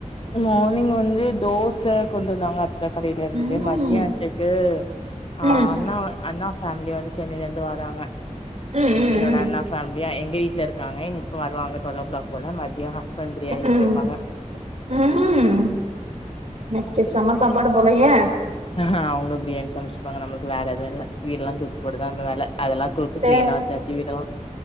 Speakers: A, on the left; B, on the right.
A: மார்னிங் வந்து தோச கொண்டுவந்தாங்க அத்த கடையில இருந்து
B: ம்
A: மத்தியானத்துக்கு ஆ
B: ம்
A: அண்ணா அண்ணா ஃபேமிலி வந்து சென்னையில இருந்து வராங்க
B: ம்
A: என்னோட
B: ம்
A: அண்ணா பேம்லியா எங்க வீட்டுல இருக்கங்க இப்ப வருவங்க டுவல் ஓ கிளாக் போல மத்யோ எ ஹஸ்பண்ட் பிரியாணி
B: ம்
A: சமைப்பாங்க
B: ம் இன்னிக்கி செம சாப்பாடு போலயே
A: ஆஹ அவங்க பிரியாணி சமைச்சிப்பாங்க நமளுக்கு வேற எதுவு இல்ல வீடெல்லா தூத்து போடுதா அந்த வேல அதெல்லா தூத்து கிளீனா
B: ஆ
A: வெச்சாச்சு வீடல்லா